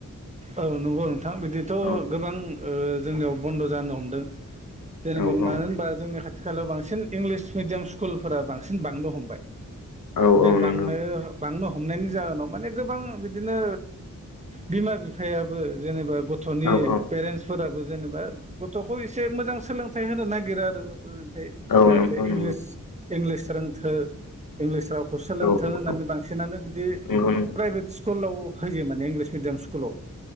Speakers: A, on the right (about 20°); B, on the left (about 80°).
A: औ नंगौ नोंथां बिदिथ'
B: औ
A: गोबां ओ जोंनियाव बन्द' जानो हमदों जेनेबा
B: औ औ
A: मानो होनबा जोंनि खाथि खालायाव बांसिन इंलिस मिडियाम स्कुलफोरा बांसिन बांनो हमबाय
B: औ
A: बे
B: औ
A: बांनो-बांनो
B: नंगौ
A: हमनायनि जाहोनाव माने गोबां बिदिनो बिमा बिफायाबो जेनेबा गथ'नि
B: औ औ
A: पेरेन्टसफोराबो जेनेबा गथ'खौ एसे मोजां सोलोंथाइ होनो नागिरो आरो फाय
B: औ
A: जाहाथे
B: नंगौ
A: इंलिस-इंलिस
B: नंगौ
A: रोंथो इंलिस रावखौ सोलोंथों
B: औ औ
A: होननानै
B: औ
A: बांसिन सिनानो बिदि
B: नंगौ नंगौ
A: प्राइभेट स्कुलाव होयो माने इंलिस मिडियाम स्कुलाव